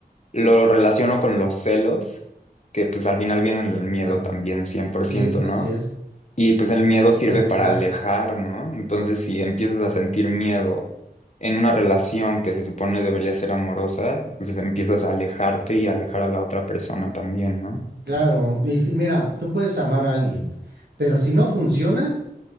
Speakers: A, on the left; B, on the right.
A: lo relaciono con los celos, que pues al final vienen del miedo
B: Totalmente.
A: también, cien por
B: Sí,
A: ciento,
B: así
A: ¿no?
B: es.
A: Y pues el miedo
B: Inseguridad.
A: sirve para alejar, ¿no? Entonces, si empiezas a sentir miedo en una relación que se supone debería ser amorosa, pues empiezas a alejarte y alejar a la otra persona también, ¿no?
B: Claro, y si- mira, tú puedes amar a alguien, pero si no funciona,